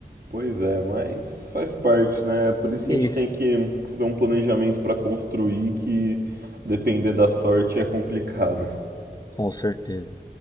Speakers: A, on the right; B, on the left.
A: Pois é, mas faz parte, né? Por isso que
B: Isso.
A: a gente tem que fazer um planejamento para construir que depender da sorte é complicado.
B: Com certeza.